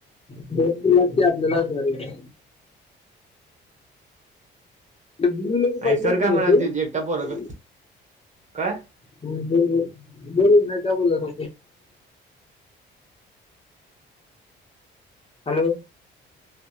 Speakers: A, on the left (about 30°); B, on the right (about 35°).
A: दो वाते आपल्यालाच बरी आहे बम
B: आणि
A: पाहि
B: सर
A: त
B: काय
A: ह
B: म्हणाल ते एकटा पोरगा काय
A: बोल बोल बोलू नाही काय बोला ना हॅलो